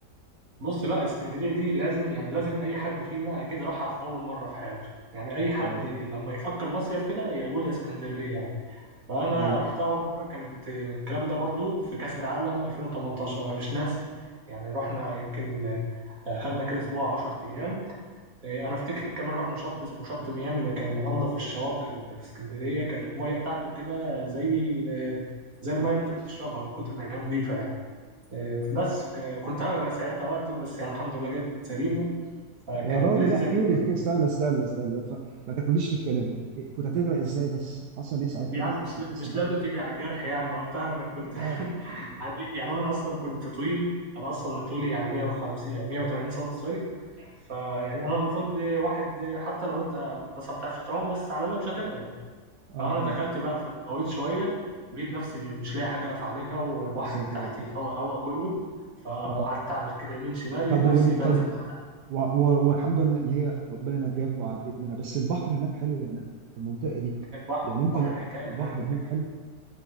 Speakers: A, on the right; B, on the right.
A: بص لا اسكندريه دي لازم يعني لازم اي حد فينا كده راحها في اول مره في حياته يعني اي حد
B: اه
A: لما يفكر مصيف كده يقول يا اسكندريه يعني. فانا
B: ايوه
A: رحتها اول مره كانت الكلام ده برضو في كاس العالم 2018 انا مش ناسي يعني رحنا يمكن آه، خدنا كده اسبوع 10 ايام آه، انا افتكر كمان رحنا شط اسمه شط ميامي ده كان من انظف الشواطئ اللي في اسكندريه كانت الميه بتاعته كده زي ال زي الميه اللي انت بتشربها من كتر ما هي نظيفه يعني آه، بس كنت هغرق ساعتها وقت بس يعني الحمد لله جت سليمه فكانت
B: يا راجل
A: لذيذه
B: احكي
A: جدا
B: لي كده استنى استنى استنى ما تف- ما تاكلنيش في الكلام إيه، كنت هتغرق ازاي بس حصل ايه ساعتها
A: يعني
B: ايه الموقف
A: مش
B: اللي حصل
A: مش
B: معاك
A: لازم تيجي على الجرح يعني وقتها انا كنت
B: يعني
A: <laughs> عامل إيه؟ يعني انا اصلا كنت طويل انا اصلا طولي يعني 150 يعني 180 سم سوري فيعني انا المفروض واحد حتى لو انت مثلا ما بتعرفش تعوم بس على الاقل مش هتغرق
B: اه اه
A: فانا دخلت بقى في الغويط شويه ولقيت نفسي م- مش لاقي حاجه اقف عليها والبحر
B: يا ساتر
A: اللي تحتي
B: يا رب
A: هوا هوا كله فقعدت
B: اه
A: اعمل كده يمين شمال لقيت
B: طب
A: نفسي
B: وبن...
A: بنزل
B: طب
A: تحت
B: و- و- والحمد لله اللي هي ربنا نجاك وعديت منها بس البحر هناك حلو يعني في المنطقه دي
A: البحر
B: يعني انت
A: البحر
B: ل-
A: حكايه
B: البحر
A: هناك
B: هناك حلو